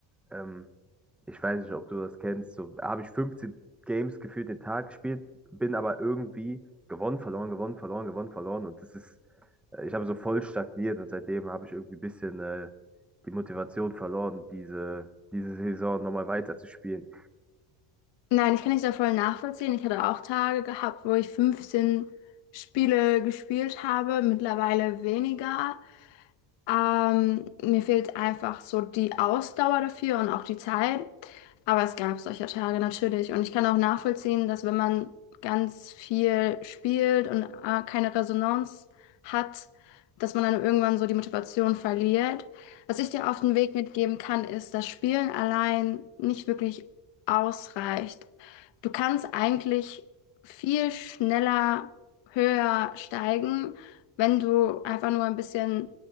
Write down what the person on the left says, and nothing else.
nein, ich kann nicht da voll nachvollziehen. Ich hatte auch Tage gehabt, wo ich fünfzehn Spiele gespielt habe, mittlerweile weniger. Ähm, mir fehlt einfach so die Ausdauer dafür und auch die Zeit. Aber es gab solche Tage natürlich. Und ich kann auch nachvollziehen, dass wenn man ganz viel spielt und äh, keine Resonanz hat, dass man dann irgendwann so die Motivation verliert. Was ich dir auf den Weg mitgeben kann, ist, dass Spielen allein nicht wirklich ausreicht. Du kannst eigentlich viel schneller, höher steigen, wenn du einfach nur ein bisschen